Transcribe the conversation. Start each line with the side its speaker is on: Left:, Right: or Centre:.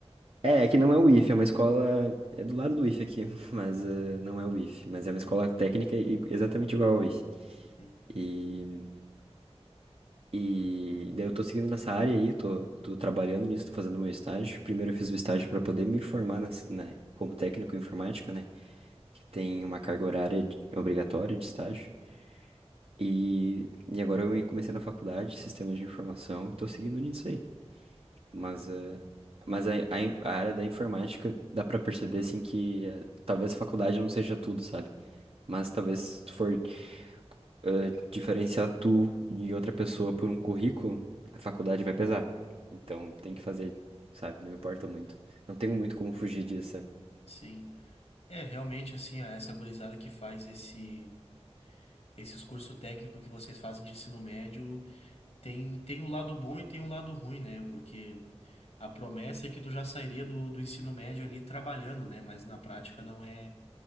Right: É, é que não é o IF, é uma escola, é do lado do IF aqui, <laughs> mas eh, não é o IF, mas é uma
Left: Uhum.
Right: escola técnica i- exatamente igual ao IF.
Left: Sim.
Right: E, e daí eu tô seguindo nessa área aí, tô, tô trabalhando nisso, tô fazendo meu estágio. Primeiro eu fiz o estágio pra poder me formar nas- na, como técnico em informática, né? que tem uma carga horária de- obrigatória de estágio. E, e agora eu comecei na faculdade, sistemas de informação, e tô seguindo nisso aí. Mas, eh, mas a, a, in- a área da informática dá pra perceber, assim, que eh, talvez a faculdade não seja tudo, sabe? Mas talvez se tu for eh, diferenciar tu e outra pessoa por um currículo, a faculdade vai pesar. Então tem que fazer, sabe? Não me importa muito. Não tenho muito como fugir disso, sabe?
Left: Sim. É, realmente, assim, essa gurizada que faz esse. esses cursos técnicos que vocês fazem de ensino médio tem, tem um lado bom e tem um lado ruim, né? Porque a promessa é que tu já sairia do, do ensino médio ali trabalhando, né? Mas na prática não é,